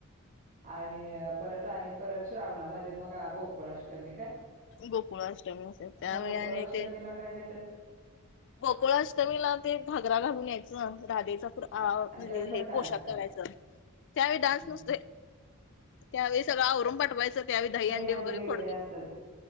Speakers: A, on the right; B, on the left.
A: आणि परत आणि परत श्रावणामध्ये मग गोकुळाष्टमी काय?
B: गोकुळाअष्टमी असे त्यावेळी
A: मग गोकुळाष्टमीला
B: आणि ते
A: काय करतात.
B: गोकुळ अष्टमीला ते घागरा घालून यायचं राधेचा..
A: आ- आणि
B: म्हणजे
A: त्यावेळी पण
B: हे
A: डान्स
B: पोशाख
A: का?
B: करायचं त्यावेळी डान्स
A: हं.
B: नसतोय. त्यावेळी सगळं आवरून पाठवायचं त्यावेळी दही
A: दहीहंडी
B: अंडी वगैरे फोडते
A: असेल